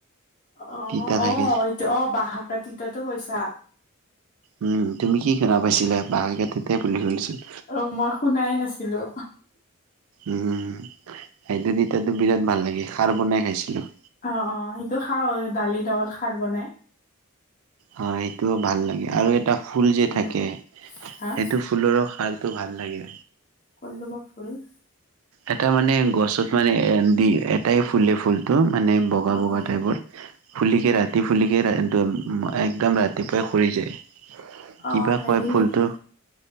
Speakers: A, on the left; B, on the right.
A: অ',
B: তিতা
A: অ',
B: থাকে যে।
A: এইটো অ', বাহ কটিটো কৈছা।
B: উম, তুমি কি শুনা পাইছিলাঁ, বাহ কাটিতে বুলি <unintelligible>
A: অ', মই শুনাই নাছিলো।
B: উম, সেইটো তেতাটো বিৰাট ভাল লাগে, খাৰ বনাই খাইছিলোঁ।
A: অ', অ', সেইটো খাওঁ, দালি লগত খাৰ বনাই।
B: হয়, সেইটোও ভাল লাগে, আৰু এটা ফুল যে
A: উম
B: থাকে,
A: হা
B: সেইটো ফুলৰো ভাল ভাল লাগে।
A: কোনটো বা খুলিম? <unintelligible>
B: এটা মানে গছত মানে এণ্ডি এটাই ফুলে ফুলটো মানে বগা
A: অ
B: বগা
A: অ
B: টাইপৰ, ফুলিকে ৰাতি ফুলিকে এক-একদম ৰাতিপুৱাই সৰি যায়।
A: অ
B: কিবা
A: হেৰি
B: কয় ফুলটো,
A: নেকি